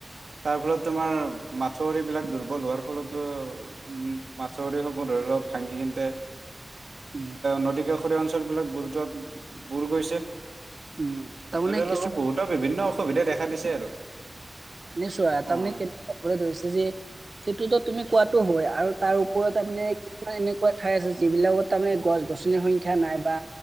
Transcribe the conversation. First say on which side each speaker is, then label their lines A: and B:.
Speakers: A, on the right; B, on the right.
A: তাৰ ফলত তোমাৰ মাছৰি বিলাক দুৰ্বল হোৱাৰ ফলতো উম মাছৰি সপোন ধৰি লওক ভাঙি হিন্তে এ!
B: উম
A: নদী কাষৰীয়া অঞ্চল বিলাক বুৰ যোৱাত বুৰ গৈছে। আৰু
B: উম তাৰমানে
A: তেওঁলোকৰ
B: কিছুমান
A: বহুতৰ বিভিন্ন অসুবিধা দেখা দিছে আৰু
B: নিশ্চয়,
A: উম
B: তাৰমানে কেনে কবলৈ ধৰিছে যে সেইটোতো তুমি কোৱা। হয় আৰু তাৰ ওপৰত তানে কিছুমান এনেকুৱা ঠাই আছে যিবিলাকত তাৰমানে গছ গছনিৰ সংখ্য্া নাই বা